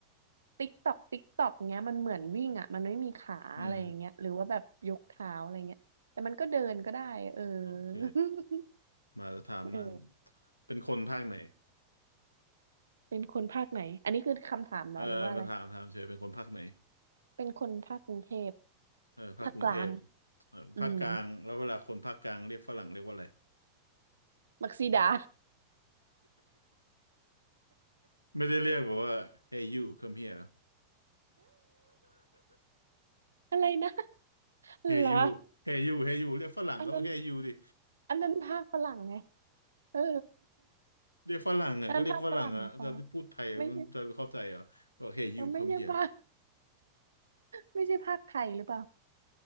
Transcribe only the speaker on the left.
อืมโอเค
มาถามมั่ง
เป็นคนภาคไหน
เออมาถามถามเฉยเป็นคนภาคไหน
เออภาคกรุงเทพ
เออภาคกลางแล้วเวลาคนภาคกลางเรียกฝรั่งเรียกว่าอะไร
ไม่ได้เรียกแบบว่า Hey you come here
เฮยูเฮยูเฮยูเรียกฝรั่งก็ต้องเฮยูดิ
เรียกฝรั่งอ่ะก็เรียกฝรั่งอ่ะจะพูดไทยมันจะเข้าใจเหรอบอกเฮยู
come here